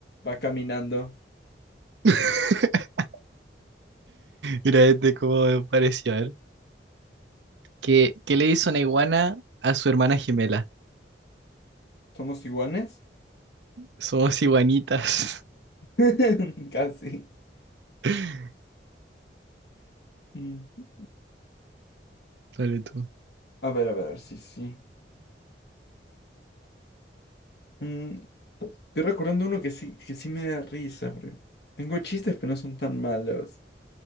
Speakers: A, on the left; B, on the right.
A: Va caminando.
B: <laughs> Mira, este como me pareció. A ver. ¿Qué, qué le hizo una iguana a su hermana gemela?
A: ¿Somos iguanes?
B: Somos iguanitas.
A: <laughs> Casi.
B: <laughs>
A: Mm.
B: Dale tú.
A: A ver, a ver, sí, sí. Mm, Estoy recordando uno que sí, que sí me da risa, porque tengo chistes, pero no son tan malos.